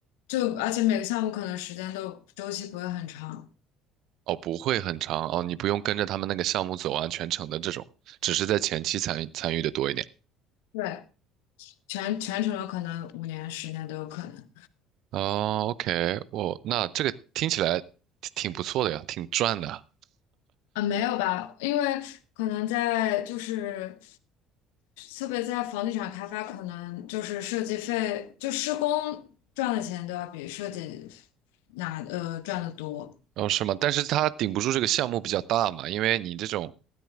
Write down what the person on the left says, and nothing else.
就而且每个项目可能时间都周期不会很长，
对，全全程有可能五年、十年都有可能。
啊，没有吧？因为可能在就是，特别在房地产开发，可能就是设计费，就施工赚的钱都要比设计拿呃赚的多。